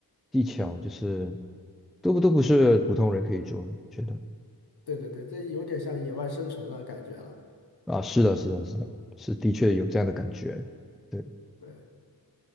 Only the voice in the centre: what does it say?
技巧，就是都不都不是普通人可以做的，觉得
啊，是的，是的，是的，是的确有这样的感觉。对。